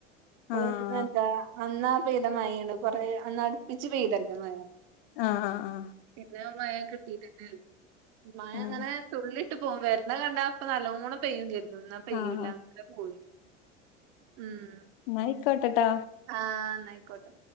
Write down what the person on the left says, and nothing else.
ആഹ്
ആഹ് ആഹ് ആഹ്
ആഹ്
ആഹ് ആഹ്
നായിക്കോട്ടെട്ടോ